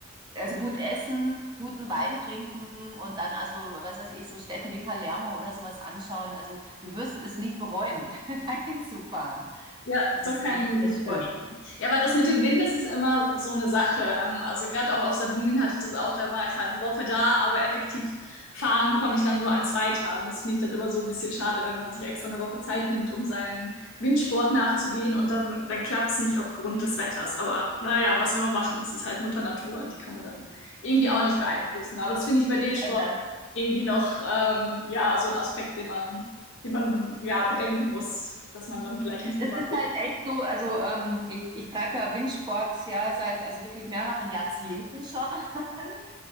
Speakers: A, on the right (about 20°); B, on the left (about 60°).
A: also gut essen, guten Wein trinken und dann also, was weiß ich, so Städte wie Palermo oder sowas anschauen. Also du wirst es nicht bereuen, <laughs> dahin zu fahren.
B: ja,
A: Das ist
B: das kann
A: wirklich
B: ich mir
A: sehr
B: gut vorstellen.
A: schön.
B: Ja, aber das mit dem Wind, das ist immer so eine Sache. Ähm, Also gerade auch auf Sardinien hatte ich das auch, da war ich halt eine Woche da, aber effektiv fahren konnte ich dann nur an zwei Tagen. Das finde ich dann immer so ein bisschen schade, wenn man sich extra eine Woche Zeit nimmt, um seinen Windsport nachzugehen und dann, dann klappt es nicht aufgrund des Wetters. Aber naja, was will man machen? Es ist halt Mutter Natur und die kann man dann irgendwie auch nicht beeinflussen. Aber das finde ich bei dem Sport
A: Das
B: irgendwie noch ähm, ja, so ein Aspekt, den man, den man ja bedenken muss, dass man dann vielleicht nicht
A: Das
B: immer.
A: ist halt echt so, also ähm, ich, ich treibe ja Windsports ja seit also wirklich mehreren Jahrzehnten schon. <laughs>